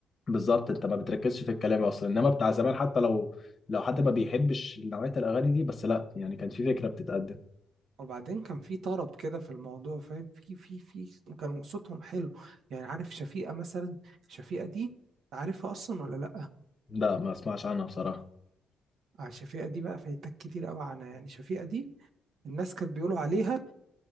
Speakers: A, on the left (about 35°); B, on the right (about 70°).
A: بالظبط انت ما بتركزش في الكلام اصلا انما بتاع زمان حتى لو لو حد ما بيحبش نوعيه الاغاني دي بس لا يعني كان في فكره بتتقدم
B: وبعدين كان في طرب كده في الموضوع فاهم في في في كانوا صوتهم حلو يعني عارف شفيقة مثلا شفيقة دي عارفها اصلا ولا لا
A: لا ما اسمعش عنها بصراحه
B: آه، شفيقة دي بقى فايتك كتير قوي عنها يعني شفيقة دي الناس كانت بيقولوا عليها